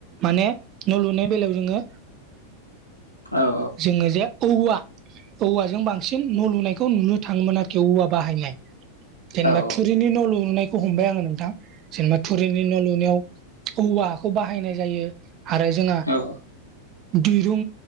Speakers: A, on the right; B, on the left.
A: माने न' लुनाय बेलायाव जोङो
B: औ औ।
A: जोङो जे औवा औवाजों बांसिन न' लुनायखौ नुनो थाङोमोन आरोखि औवा बाहायनाय
B: औ
A: जेनेबा थुरिनि न' लुनाय हमबाय आङो नोंथां जेनेबा थुरिनि न' लुनायाव औवा हाखौ बाहायनाय जायो। आरो जोंहा
B: औ
A: दिरुं